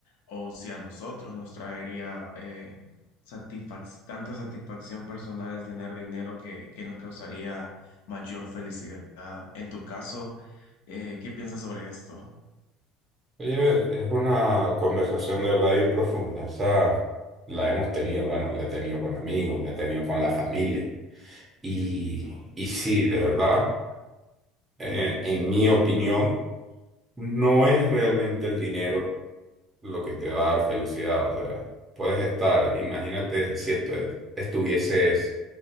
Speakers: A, on the left (about 80°); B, on the right (about 20°).
A: o si a nosotros nos traería eh, satisfac- tanta satisfacción personal el tener dinero que, que nos causaría mayor felicidad. En tu caso, eh, ¿qué piensas sobre esto?
B: Oye, es una conversación de verdad bien profunda. Esa la hemos tenido, bueno, la he tenido con amigos, la he tenido con la familia. Y, y sí, de verdad, eh, en mi opinión, no es realmente el dinero lo que te va a dar felicidad. O sea, puedes estar, imagínate si estu- estuvieses